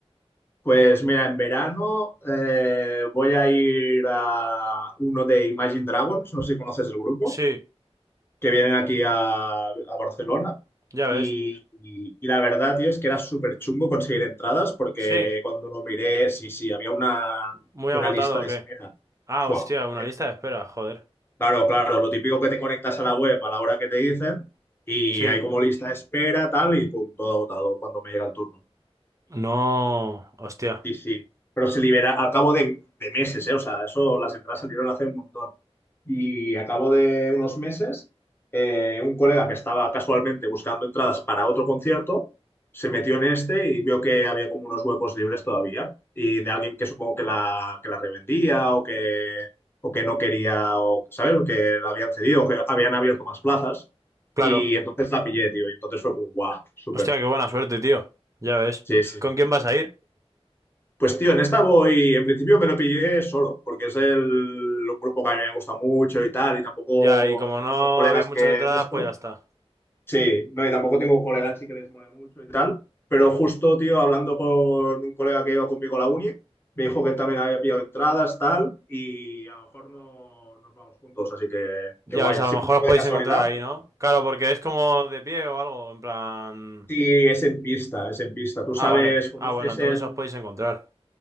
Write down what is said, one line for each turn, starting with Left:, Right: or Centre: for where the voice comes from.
Left: Pues mira, en verano eh, voy a ir a uno de Imagine Dragons, no sé si conoces el grupo.
Right: Sí,
Left: que vienen aquí a, a Barcelona.
Right: ya
Left: Y,
Right: ves.
Left: y- y la verdad, tío, es que era súper chungo conseguir entradas porque
Right: Sí,
Left: cuando lo miré, sí, sí, había una,
Right: muy
Left: una
Right: agotado
Left: lista de
Right: o qué.
Left: espera.
Right: Ah,
Left: Fua.
Right: hostia, una
Left: Eh,
Right: lista de espera, joder.
Left: Claro, claro, lo típico que te conectas a la web a la hora que te dicen y
Right: Sí,
Left: hay como lista de espera, tal, y pum, todo agotado cuando me llega el turno.
Right: no, hostia.
Left: Sí, sí. Pero se libera al cabo de, de meses, ¿eh? O sea, eso las entradas salieron hace un montón. Y a cabo de unos meses, eh, un colega que estaba casualmente buscando entradas para otro concierto, se metió en este y vio que había como unos huecos libres todavía. Y de alguien que supongo que la, que la revendía o que, o que no quería, o, ¿sabes? O que la habían cedido, o que habían abierto más plazas.
Right: Claro.
Left: Y entonces la pillé, tío. Y entonces fue como, guau, súper.
Right: Hostia, qué buena suerte, tío. Ya ves.
Left: Sí, sí.
Right: ¿Con quién vas a ir?
Left: Pues tío, en esta voy, en principio me lo pillé solo, porque es el, un grupo que a mí me gusta mucho y tal, y tampoco
Right: Ya, y como no
Left: tengo colegas
Right: había muchas
Left: que
Right: entradas,
Left: de esto.
Right: pues ya está.
Left: Sí, no, y tampoco tengo colegas así que les mole mucho y tal. Pero justo, tío, hablando con un colega que iba conmigo a la uni, me dijo que él también había pillado entradas, tal, y a lo mejor no nos vamos juntos, así que,
Right: Ya
Left: que guay,
Right: ves, a
Left: así
Right: lo mejor
Left: un poco
Right: os podéis
Left: de casualidad.
Right: encontrar ahí,
Left: pero
Right: ¿no? Claro, porque es como
Left: sí, sí.
Right: de pie o algo, en plan...
Left: Sí, es en pista, es en pista. Tú sabes,
Right: Ah, vale.
Left: conoces
Right: Ah, bueno, entonces
Left: el
Right: os podéis encontrar.